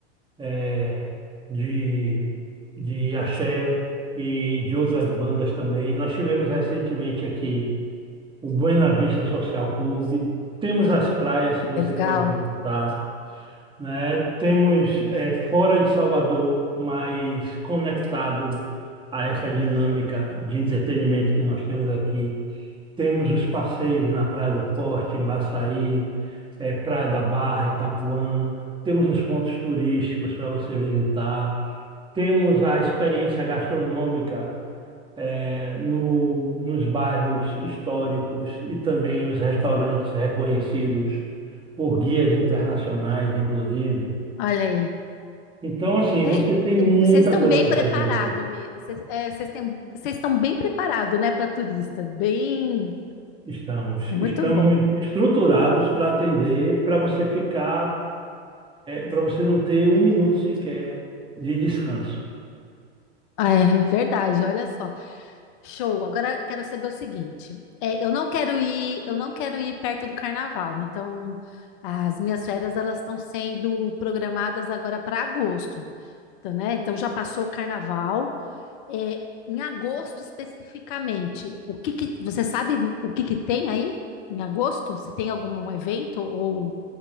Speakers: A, on the right; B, on the left.
A: eh, de, de axé e de outras bandas também. Nós tivemos recentemente aqui o Buena Vista Social Clube, temos as praias que você
B: Legal.
A: pode visitar né? Temos é, fora de Salvador, mas conectado a essa dinâmica de entretenimento que nós temos aqui. Temos os passeios na Praia do Forte, em Baçaí, é, Praia da Barra, Itapuã. Temos os pontos turísticos para você visitar. Temos a experiência gastronômica é, no- nos bairros históricos e também os restaurantes reconhecidos por guias internacionais, inclusive.
B: Olha aí.
A: Então, assim,
B: É,
A: você tem
B: é,
A: muita
B: vocês estão
A: coisa
B: bem
A: para
B: preparados,
A: fazer aqui.
B: vocês é, vocês têm- vocês estão bem preparados, né, para turista. Bem,
A: Estamos,
B: é muito
A: estamos
B: bom.
A: estruturados para atender, para você ficar, para você não ter um minuto sequer de descanso.
B: Ah, é verdade, olha só. Show. Agora eu quero saber o seguinte. É, eu não quero ir, eu não quero ir perto do carnaval. Então, as minhas férias elas estão sendo programadas agora para agosto, tá, né? Então já passou o carnaval. É, em agosto especificamente, o que que você sabe o que que tem aí em agosto? Se tem algum evento ou